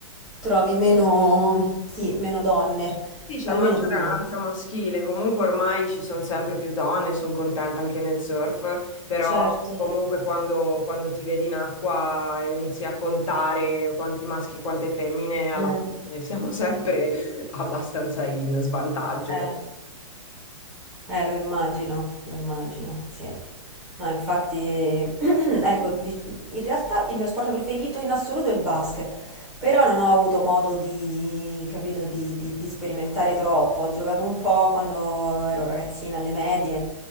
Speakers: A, in the centre; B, on the left.
A: trovi meno, sì, meno donne,
B: Sì, c'è
A: almeno
B: maggioranza
A: prima.
B: maschile, comunque ormai ci sono sempre più donne, sono contenta anche nel surf, però
A: Certo.
B: comunque quando, quando ti vedi in acqua e inizi a contare quanti maschi e quante femmine, alla
A: Mm,
B: fine siamo sempre <laughs> abbastanza in svantaggio.
A: eh.
B: per-
A: Eh, lo immagino, lo immagino, sì. No, infatti, <clears throat> ecco, di- in realtà il mio sport preferito in assoluto è il basket, però non ho avuto modo di, capito, di, di- di sperimentare troppo. Ho giocato un po' quando ero ragazzina alle medie,